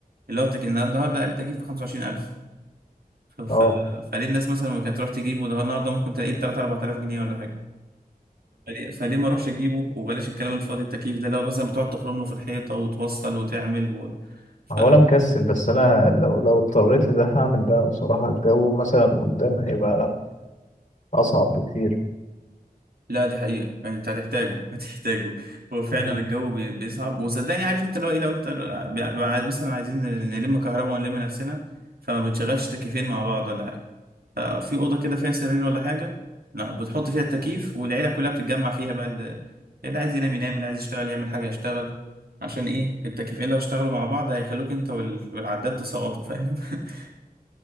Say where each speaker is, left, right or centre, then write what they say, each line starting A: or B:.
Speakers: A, on the right (about 75°); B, on the left (about 55°).
A: اللي هو التك... إن النهارده اقل تكييف ب 25000 ف... ف...
B: اه
A: فليه الناس مثلا ما كانت تروح تجيبه ده النهارده ممكن تلاقيه ب 3 4000 جنيه ولا حاجه فليه, فليه ما اروحش اجيبه وبلاش الكلام الفاضي التكييف ده اللي هو مثلا بتقعد تخرم له في الحيطه وتوصل وتعمل و... ف...
B: هو انا مكسل بس انا لو لو اضطريت لده هعمل ده بصراحة الجو مثلا قدام هيبقى اصعب بكتير
A: لا دي حقيقة يعني انت هتحتاجه <laughs> هتحتاجه هو فعلا
B: مم.
A: الجو بي- بيصعب وصدقني عارف انت لو ايه لو انت ب- ب- عايز- مثلا عايزين نلم كهرباء ونلم نفسنا فما بنشغلش تكييفين مع بعض ولا حاجة ففي أوضة كده فيها سريرين ولا حاجة لا بتحط فيها التكييف والعيلة كلها بتتجمع فيها بقى اللي, اللي عايز ينام ينام اللي عايز يشتغل يعمل حاجة يشتغل عشان ايه التكييفين لو اشتغلوا مع بعض هيخلوك انت وال- والعداد تصوتوا فاهم <laughs>